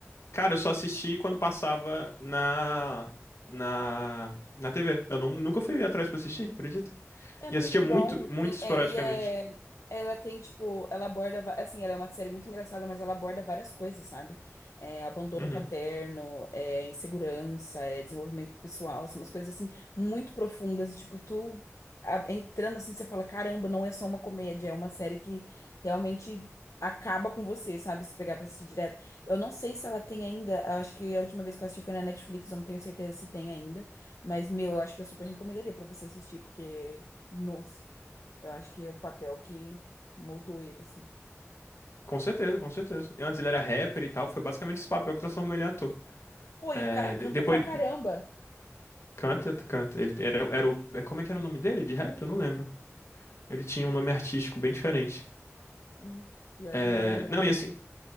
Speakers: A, on the left; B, on the left.
A: Cara, eu só assisti quando passava na na na TV. Eu não, nunca fui atrás pra assistir, acredito.
B: É
A: E
B: muito
A: assistia muito,
B: bom.
A: muito
B: Tem,
A: esporadicamente.
B: é- e é. Ela tem, tipo, ela aborda. va- Assim, ela é uma série muito engraçada, mas ela aborda várias coisas, sabe? É, abandono
A: Uhum.
B: paterno, é insegurança, é desenvolvimento pessoal, assim, umas coisas assim, muito profundas. E, tipo, tu a- entrando assim, você fala, caramba, não é só uma comédia, é uma série que realmente acaba com você, sabe? Se pegar pra assistir direto. Eu não sei se ela tem ainda, acho que a última vez que eu assisti foi na Netflix, eu não tenho certeza se tem ainda. Mas, meu, eu acho que eu super recomendaria pra você assistir, porque nossa, eu acho que é o papel que moldou ele, assim.
A: Com certeza, com certeza. E antes ele era rapper e tal, foi basicamente esse papel que transformou ele em ator.
B: Pô,
A: É,
B: e o cara canta
A: de- depois
B: pra caramba.
A: canta, canta. Ele era, era o, é, como é que era o nome dele de rap? Eu não lembro. Ele tinha um nome artístico bem diferente.
B: Hum, pior
A: É,
B: que eu não vou lembrar
A: Não,
B: também.
A: e assim,